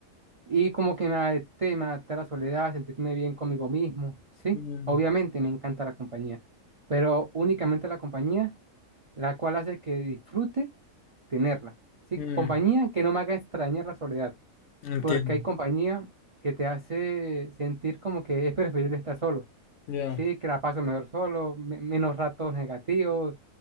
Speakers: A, on the right; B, on the left.
A: y como que me adapté, me adapté a la soledad, a sentirme bien conmigo mismo, ¿sí?
B: mm,
A: Obviamente me encanta la compañía, pero únicamente la compañía, la cual hace que disfrute tenerla, ¿sí?
B: mm,
A: Compañía que no me haga extrañar la soledad,
B: entiendo.
A: porque hay compañía que te hace sentir como que es preferible estar solo.
B: Ya.
A: Sí, que la paso mejor solo, me- menos ratos negativos,